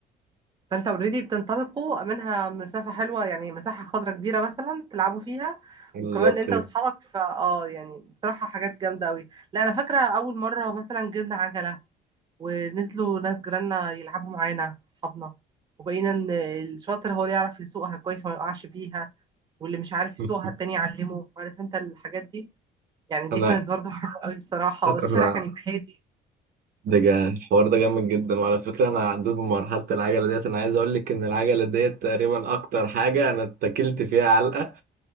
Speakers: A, on the right; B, on the right.
A: فانت اوريدي بتنطلقوا منها مسافة حلوة يعني مساحة خضراء كبيرة مثلا تلعبوا فيها
B: بالظبط
A: وكمان انت
B: كده
A: واصحابك فا اه يعني بصراحة حاجات جامدة قوي لا انا فاكرة اول مرة مثلا جبنا عجلة ونزلوا ناس جيراننا يلعبوا معانا صحابنا وبقينا ان الشاطر هو اللي يعرف يسوقها كويس ما يقعش بيها واللي مش عارف
B: <laughs>
A: يسوقها التاني يعلمه عارف انت الحاجات دي يعني دي
B: انا
A: كانت برضه حلوة قوي بصراحة
B: انا
A: والشارع كان يبقى هادي
B: ده جا الحوار ده جامد جدا وعلى فكرة انا عديت بمرحلة العجلة ديت انا عايز اقول لك ان العجلة ديت تقريبا اكتر حاجة انا اتكلت فيها علقة